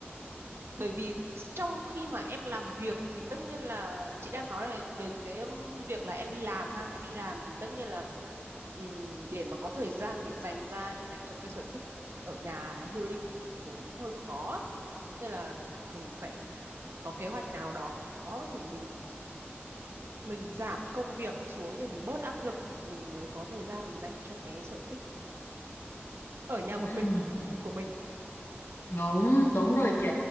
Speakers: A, on the right; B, on the left.
A: bởi vì trong khi mà em làm việc thì tất nhiên là chị đang nói là đến cái um, việc là em đi làm ha em đi làm thì tất nhiên là ừm, để mà có thời gian để dành ra để dành cho cái sở thích ở nhà healing của mình cũng hơi khó nên là mình phải có kế hoạch nào đó để mình mình giảm công việc xuống để mình bớt áp lực thì mình mới có thời gian mình dành cho cái sở thích ở nhà một
B: Ừ.
A: mình của mình
B: Đúng, đúng rồi chị.